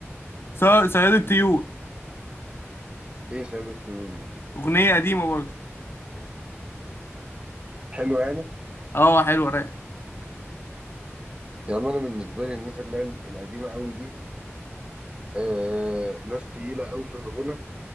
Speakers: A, on the left (about 55°); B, on the right (about 20°).
A: ص- صياد الطيور
B: ايه ساده الطيور دي
A: اغنيه قديمه برضه
B: حلو يعني
A: اه حلوه رايقه
B: يعني انا بالنسبه لي الناس اللي هي القديمه قوي دي آه ناس تقيله قوي في الغنى